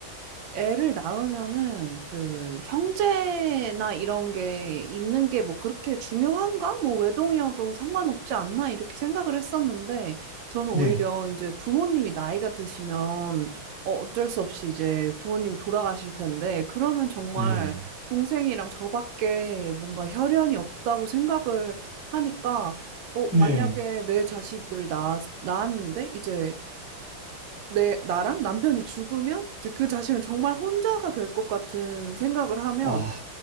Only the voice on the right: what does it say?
애를 낳으면은 그 형제나 이런 게 있는 게 뭐 그렇게 중요한가? 뭐 외동이어도 상관없지 않나? 이렇게 생각을 했었는데 저는
오히려 이제 부모님이 나이가 드시면 어, 어쩔 수 없이 이제 부모님이 돌아가실 텐데 그러면 정말
동생이랑 저밖에 뭔가 혈연이 없다고 생각을 하니까 어,
만약에 내 자식을 낳았, 낳았는데 이제 내 나랑 남편이 죽으면 이제 그 자신을 정말 혼자가 될 것 같은 생각을 하면